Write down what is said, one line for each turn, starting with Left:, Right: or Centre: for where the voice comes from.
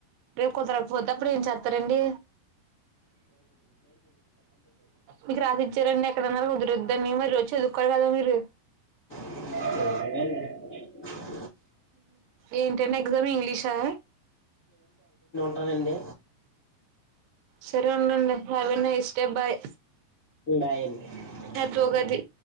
Right: రేపు కుదరకపోతే అప్పుడు ఏం చేస్తారండి మీకు రాసి ఇచ్చరడి ఎక్కడన్నారు కొదురు దాన్నేమో రోజు చదువుకోవాలి కదా మీరు
Left: <unintelligible>
Right: ఏంటండీ ఎగ్జామ్ ఇంగ్లీషా
Left: కదండీ
Right: సరే ఉండండి have a nice day bye
Left: bye అండి
Right: అదోగది